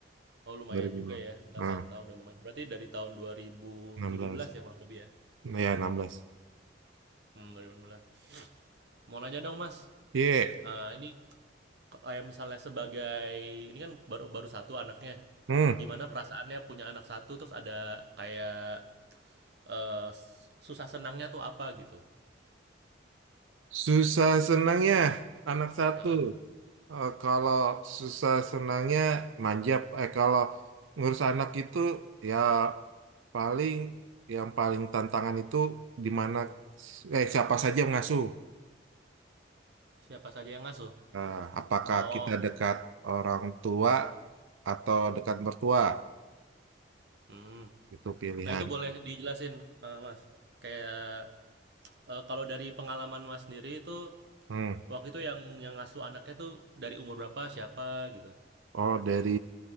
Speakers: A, on the right; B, on the right.
A: oh lumayan
B: 2006.
A: juga ya, 8
B: Nah,
A: tahun udah lumayan. Berarti dari tahun 2017
B: 16.
A: ya kurang lebih ya?
B: Nah, ya, 16.
A: Hmm, 2016. Mau nanya dong Mas,
B: Iya.
A: eh, ini Kayak misalnya sebagai ini kan baru baru satu anaknya.
B: Hmm.
A: Gimana perasaannya punya anak satu terus ada kayak eh, s- susah senangnya tuh apa gitu?
B: Susah senangnya anak satu.
A: Heeh.
B: Eh, kalau susah senangnya manjap. Eh kalau ngurus anak itu ya paling yang paling tantangan itu di mana eh siapa saja yang mengasuh.
A: Siapa saja yang ngasuh?
B: Eh, apakah
A: Oh,
B: kita dekat orang tua atau dekat mertua?
A: hmm.
B: Itu pilihan.
A: Nah itu boleh dijelasin, eh, Mas. Kayak eh, kalau dari pengalaman Mas sendiri itu
B: Hmm.
A: waktu itu yang yang ngasuh anaknya tuh dari umur berapa, siapa gitu?
B: Oh, dari